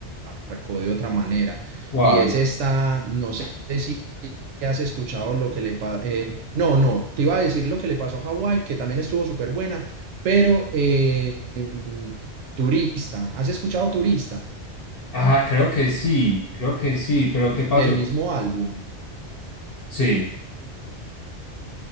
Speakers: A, on the right; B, on the left.
A: marcó de otra manera.
B: ¿Cuál?
A: Y es esta, no sé si has escuchado lo que le pasó, no, no, te iba a decir lo que le pasó a Hawái, que también estuvo súper buena, pero eh, em, Turista, ¿has escuchado Turista?
B: Ah, creo que sí, creo que sí, pero ¿qué pasó?
A: Del mismo álbum.
B: Sí,